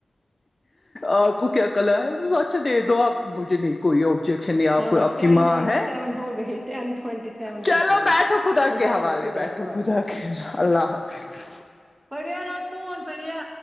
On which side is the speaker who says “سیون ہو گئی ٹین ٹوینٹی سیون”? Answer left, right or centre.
Right